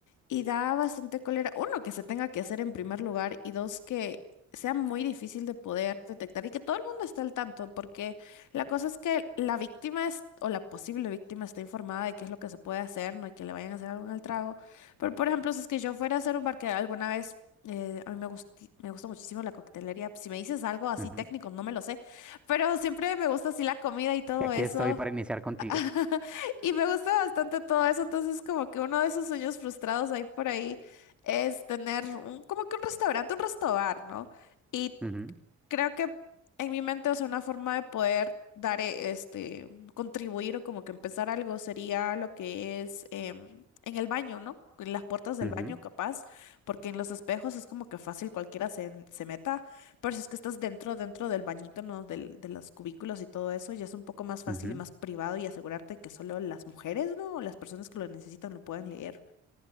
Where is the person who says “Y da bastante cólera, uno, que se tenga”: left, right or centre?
Left